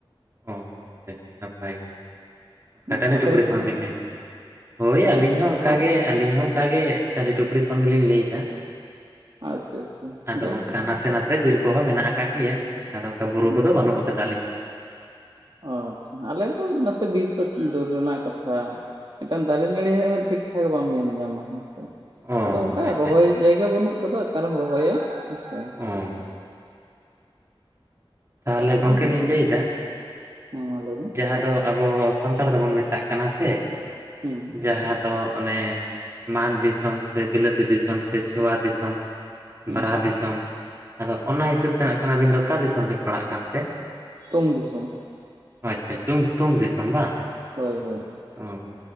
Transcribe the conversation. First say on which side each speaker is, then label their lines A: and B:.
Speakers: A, on the right (about 30°); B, on the right (about 55°).
A: ᱚᱻ ᱟᱪᱪᱷᱟ ᱟᱪᱪᱷᱟ ᱱᱟᱯᱟᱭ ᱜᱮ ᱚᱱᱠᱟ
B: ᱦᱩᱸ
A: ᱴᱟᱺᱰᱤ
B: ᱟᱯᱮ
A: ᱴᱩᱯᱨᱤ
B: ᱫᱚ ᱛᱟᱦᱚᱞᱮ
A: ᱠᱷᱚᱱ ᱵᱤᱱ ᱞᱟᱹᱭ ᱦᱳᱭ ᱭᱟ ᱟᱹᱞᱤᱧ ᱦᱚᱸ ᱚᱱᱠᱟᱜ ᱜᱮ ᱟᱞᱤᱧ ᱦᱚᱸ ᱚᱱᱠᱟᱜᱮ ᱴᱟᱺᱰᱤ ᱴᱩᱯᱨᱤ ᱠᱷᱚᱱ ᱜᱮᱞᱤᱧ ᱞᱟᱹᱭ ᱫᱟ᱾
B: ᱟᱪᱪᱷᱟ ᱟᱪᱪᱷᱟ
A: ᱟᱫᱚ
B: ᱡᱟᱭᱦᱳᱠ
A: ᱚᱱᱠᱟ ᱱᱟᱥᱮ ᱱᱟᱥᱮ ᱵᱤᱨ ᱠᱚᱦᱚᱸ ᱢᱮᱱᱟᱜ ᱟᱠᱟᱜ ᱜᱮᱭᱟ ᱟᱫᱚ ᱚᱱᱠᱟ ᱵᱩᱨᱩ
B: ᱦᱩᱸ
A: ᱠᱚᱫᱚ ᱵᱟᱹᱱᱩᱜ ᱟᱠᱟᱫᱟᱞᱤᱧ
B: ᱚ ᱟᱪᱪᱷᱟ ᱟᱞᱮ ᱫᱚ ᱱᱟᱥᱮ ᱵᱤᱨ ᱫᱚ ᱫᱩᱨ ᱨᱮᱱᱟᱜ ᱠᱟᱛᱷᱟ ᱾ ᱢᱤᱫᱴᱟᱝ ᱫᱟᱲᱮ ᱱᱟᱹᱲᱤ ᱳ ᱴᱷᱤᱠ ᱴᱷᱟᱠ ᱵᱟᱢ ᱧᱮᱞ ᱧᱟᱢᱟ ᱦᱮᱸ ᱥᱮ
A: ᱚ
B: ᱟᱫᱚ ᱚᱱᱠᱟ
A: ᱟᱪᱪᱷᱟ
B: ᱨᱚᱦᱚᱭ
A: ᱟᱪᱪᱷᱟ
B: ᱡᱟᱭᱜᱟ ᱵᱟᱹᱱᱩᱜ ᱠᱟᱫᱟ ᱚᱠᱟᱨᱮᱢ ᱨᱚᱦᱚᱭᱟ ᱦᱮᱸᱥᱮ
A: ᱦᱚᱸ ᱛᱟᱦᱚᱞᱮ
B: ᱠᱟᱛᱷᱟ
A: ᱜᱚᱢᱠᱮ
B: ᱫᱚ ᱤᱱᱟᱹ
A: ᱞᱤᱧ
B: ᱜᱮ
A: ᱞᱟᱹᱭᱫᱟ
B: ᱦᱮᱸ ᱢᱟ ᱞᱟᱹᱭ ᱢᱮ
A: ᱡᱟᱦᱟᱸ ᱫᱚ ᱟᱵᱚ ᱥᱟᱱᱛᱟᱲ ᱫᱚᱵᱚᱱ ᱢᱮᱛᱟᱜ ᱠᱟᱱᱟ ᱥᱮ,
B: ᱦᱩᱸ,
A: ᱡᱟᱦᱟᱸ ᱫᱚ ᱚᱱᱮ ᱢᱟᱱ ᱫᱤᱥᱚᱢ ᱥᱮ ᱵᱤᱞᱟᱹᱛᱤ ᱫᱤᱥᱚᱢ ᱥᱮ ᱪᱷᱳᱣᱟ ᱫᱤᱥᱚᱢ,
B: ᱦᱩᱸ
A: ᱵᱟᱨᱟᱦᱟ ᱫᱤᱥᱚᱢ ᱟᱫᱚ ᱚᱱᱟ ᱦᱤᱥᱟᱹᱵ ᱛᱮ ᱱᱟᱠᱷᱟᱱ ᱟᱹᱵᱤᱱ ᱫᱚ ᱟᱠᱟ ᱫᱤᱥᱚᱢ ᱵᱤᱱ ᱯᱟᱲᱦᱟᱜ ᱠᱟᱱ ᱛᱮ?
B: ᱛᱩᱝ ᱫᱤᱥᱚᱢ,
A: ᱟᱪᱪᱷᱟ ᱪᱩᱝ ᱛᱩᱝ ᱫᱤᱥᱚᱢ ᱵᱟᱝ
B: ᱦᱳᱭ ᱦᱳᱭ
A: ᱚ